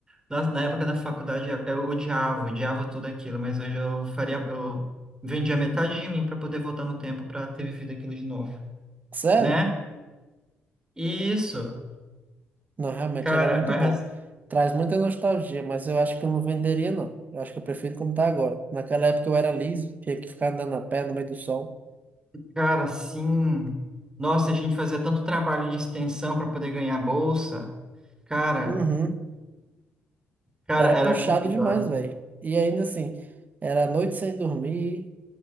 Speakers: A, on the right; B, on the right.
A: Nossa, na época da faculdade eu, eu odiava, odiava tudo aquilo, mas hoje eu faria, eu vendia metade de mim para poder voltar no tempo para ter vivido aquilo de novo,
B: Sério?
A: né? Isso,
B: Não, realmente
A: cara,
B: era muito
A: mas,
B: bom. Traz muita nostalgia, mas eu acho que eu não venderia, não. Eu acho que eu prefiro como tá agora. Naquela época eu era liso, tinha que ficar andando a pé no meio do sol.
A: cara, sim. Nossa, a gente fazia tanto trabalho de extensão para poder ganhar bolsa. Cara,
B: Uhum.
A: Cara,
B: Era
A: era
B: puxado
A: corredor.
B: demais, velho. E ainda assim, era noite sem dormir,